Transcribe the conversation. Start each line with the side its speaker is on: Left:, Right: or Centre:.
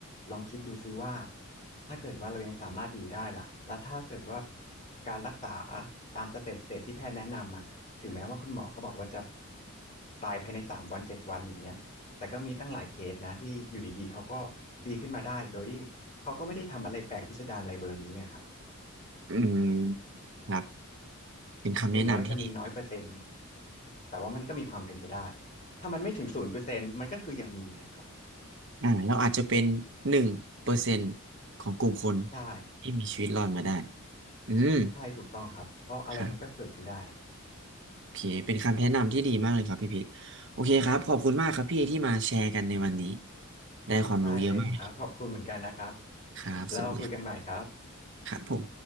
Left: ลองคิดดูซิว่าถ้าเกิดว่าเรายังสามารถอยู่ได้ล่ะแล้วถ้าเกิดว่าการรักษาตามสเต็ปสเต็ปที่แพทย์แนะนำอ่ะถึงแม้ว่าคุณหมอเขาบอกว่าจะตายภายในสามวันเจ็ดวันอย่างเงี้ยแต่ก็มีตั้งหลายเคสนะที่อยู่ดีๆเขาก็ดีขึ้นมาได้โดยที่เขาก็ไม่ได้ทำอะไรแปลกพิสดารอะไรเบอร์นี้อะครับ
Right: อืมครับเป็นคำแนะนำที่ดี
Left: ถึงแม้ว่าจะมีน้อยเปอร์เซ็นต์แต่ว่ามันก็มีความเป็นไปได้ถ้ามันไม่ถึงศูนย์เปอร์เซ็นต์มันก็คือยังมีครับ
Right: อ่าเราอาจจะเป็นหนึ่งเปอร์เซ็นต์ของกลุ่มคน
Left: ใช่
Right: ที่มีชีวิตรอดมาได้ อืม
Left: ใช่ถูกต้องครับเพราะอะไรมันก็เกิดขึ้นได้
Right: ครับโอเคเป็นคำแนะนำที่ดีมากเลยครับพี่พีทโอเคครับ ขอบคุณมากครับพี่ที่มาแชร์กันในวันนี้ ได้ความรู้เยอะมาก
Left: ได้เลยครับขอบคุณเหมือนกันนะครับ
Right: ครับ
Left: แล้วเราคุยกันใหม่ครับ
Right: สวัสดีครับผม